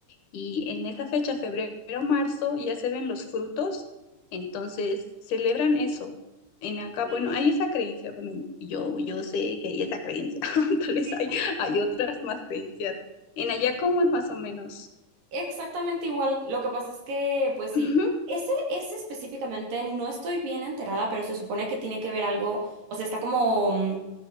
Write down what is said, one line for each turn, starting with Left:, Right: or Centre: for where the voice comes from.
Left: y en esa fecha, febrero, marzo, ya se ven los frutos, entonces celebran eso. En acá,
Right: Sí,
Left: bueno, hay esa creencia, bueno, yo, yo sé que hay esa creencia, <laughs> tal vez
Right: sí,
Left: hay, hay otras más creencias. En allá, ¿cómo es más o menos?
Right: Exactamente igual. Lo que pasa es que, pues sí,
Left: Ujú,
Right: ese, ese específicamente no estoy bien enterada, pero se supone que tiene que ver algo, o sea, está como mm,